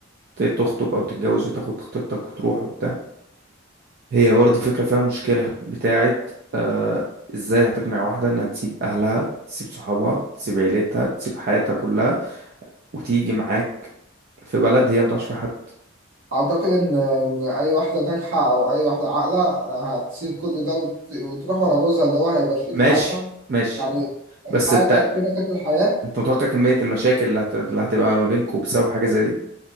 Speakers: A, on the right (about 50°); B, on the right (about 75°).
A: ت- تخطب أو تتجوز وتاخد خطيبتك وتروح وبتاع هي برضو فكرة فيها مشكلة بتاعت آه إزاي هتقنع واحدة إنها تسيب أهلها تسيب صحابها تسيب عيلتها تسيب حياتها كلها وتيجي معاك في بلد هي متعرفش فيها حد
B: اعتقد ان إن اي واحده ناجحه او اي واحده عاقله آه، هتسيب كل ده وت- وتروح ورا جوزها اللي هو هيبقى شريك
A: ماشي
B: حياتها
A: ماشي
B: يعني الحياه
A: بس انت
B: ده كده كده الحياه
A: انت متوقع كمية المشاكل اللي هت- اللي هتبقى ما بينكوا بسبب حاجة زي دي